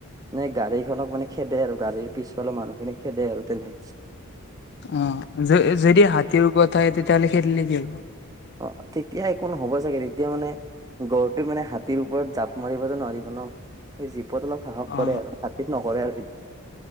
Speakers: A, on the right; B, on the left.
A: নে গাড়ীখনক মানে খেদে আৰু গাড়ীৰ পিছফালৰ মানুহ খিনিক খেদে আৰু তেনেকে।
B: অ' যদি হাতীৰ ওপৰত থাকে তেতিয়াহ'লে খেদিলে কি হ'ব?
A: অ' তেতিয়া একোনহ'ব চাগে, তেতিয়া মানে গড়টোৱে মানে হাতীৰ ওপৰত জাঁপ মাৰিব যে নোৱাৰিব ন অলপ সাহস
B: অ
A: কৰে আৰু, হাতীক নকৰে আৰু ভিতৰত।